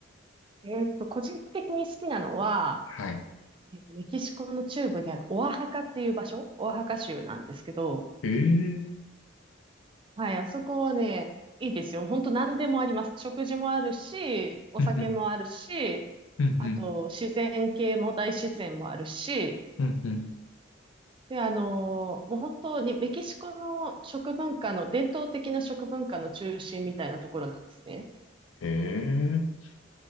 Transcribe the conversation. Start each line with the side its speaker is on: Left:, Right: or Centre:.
Right: えーっと、個人的に好きなのは、
Left: はい。
Right: えーっと、メキシコの中部にあるオアハカっていう場所、オアハカ州なんですけど、
Left: ええ
Right: はい、あそこね、いいですよ。本当何でもあります。食事もあるし、お酒もあるし、
Left: うんうん、うんうん、
Right: あと自然系も大自然もあるし、
Left: うんうん。
Right: で、あのーもう本当にメキシコの食文化の、伝統的な食文化の中心みたいなところなんですね。
Left: ええ